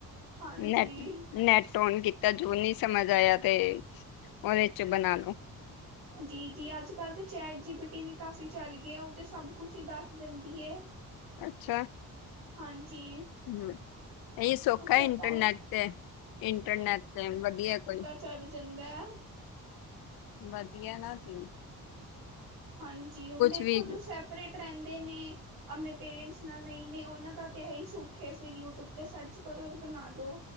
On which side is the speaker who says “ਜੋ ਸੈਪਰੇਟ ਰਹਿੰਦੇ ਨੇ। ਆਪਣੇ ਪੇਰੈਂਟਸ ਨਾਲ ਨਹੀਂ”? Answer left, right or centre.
Right